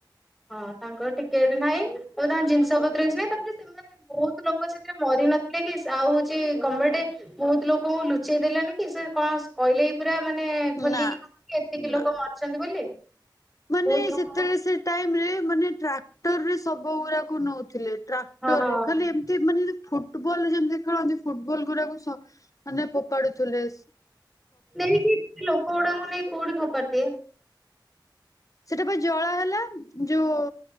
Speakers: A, in the centre; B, on the left (about 45°).
A: ହଁ ତାଙ୍କର ଟିକେଟ୍ ନାହିଁ ତ ତାଙ୍କ ଜିନିଷ ପତ୍ର କିଛି ନାହିଁ। ତାପରେ ସେମାନେ ବହୁତ ଲୋକ ସେଥିରେ ମରି ନଥିଲେ କି ଆଉ ହଉଛି ଗମେଣ୍ଟ୍ ବହୁତ ଲୋକଙ୍କୁ ଲୁଚେଇ ଦେଲାନି କି ସେ କଣ କହିଲେ ଏ ପୁରା ମାନେ ଖୋଲିକି
B: ନା।
A: କହିଲେ ଏତିକି
B: ନା
A: ଲୋକ ମରିଛନ୍ତି ବୋଲି।
B: ମାନେ
A: ବହୁତ ଲୋକ
B: ସେତେବେଳେ ସେ ସେ ଟ୍ରାକ୍ଟର ରେ ସବ ଗୁଡାକୁ ନଉଥିଲେ ଟ୍ରାକ୍ଟର
A: ହଁ।
B: ରେ ଖାଲି ଏମ୍ ଏମିତି ମାନେ ଜେନ୍ନ୍ତି ଫୁଟବଲରେ ଯେମିତି ଖେଳନ୍ତି ଫୁଟବଲ ଗୁଡାକୁ ସ ମାନେ ଫୋପାଡୁ ଥିଲେ ସେ।
A: ନେଇକି ଲୋକ ଗୁଡାଙ୍କୁ ନେଇ କୋଉଠି ଫୋପାଡ଼ିଥିବେ।
B: ସେଟା ପା ଜଳା ହେଲା ଯୋଉ